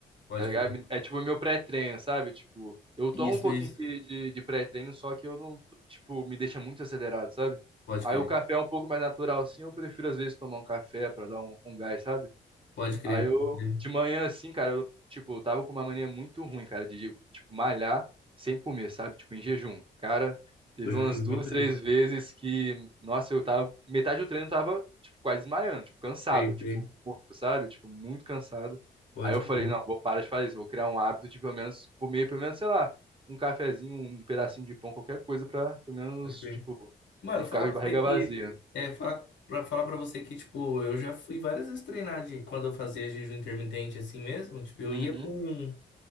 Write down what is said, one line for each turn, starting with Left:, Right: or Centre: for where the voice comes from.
Left: pode
Right: tá ligado?
Left: crer.
Right: É tipo o meu pré-treino, sabe? Tipo, eu tomo
Left: Isso,
Right: um pouquinho
Left: isso.
Right: de, de, de pré-treino, só que eu não, tipo, me deixa muito acelerado, sabe?
Left: Pode
Right: Aí
Left: crer,
Right: o café é um pouco mais natural, sim. Eu prefiro, às vezes, tomar um café pra dar um, um gás, sabe?
Left: pode crer,
Right: Aí eu,
Left: pode crer.
Right: de manhã, assim, cara, eu, tipo, eu tava com uma mania muito ruim, cara, de, de, tipo, malhar sem comer, sabe? Tipo, em jejum. Cara, teve
Left: Eu já
Right: umas
Left: fiz
Right: duas,
Left: muito
Right: três
Left: isso.
Right: vezes que, nossa, eu tava, metade do treino eu tava, tipo, quase desmaiando, tipo, cansado,
Left: Sei,
Right: tipo,
Left: sei.
Right: morto, sabe? Tipo, muito cansado.
Left: Pode
Right: Aí eu
Left: crer,
Right: falei, não, vou parar de fazer isso, vou criar um hábito de pelo menos comer, pelo menos, sei lá, um cafezinho, um pedacinho de pão, qualquer coisa pra, pelo menos,
Left: pode crer.
Right: tipo,
Left: Mano,
Right: não
Left: falar
Right: ficar de
Left: pra
Right: barriga
Left: você que.
Right: vazia.
Left: É, falar pra, falar pra você que, tipo, eu já fui várias vezes treinar de, quando eu fazia jejum intermitente assim mesmo. Tipo, eu
Right: Uhum.
Left: ia com,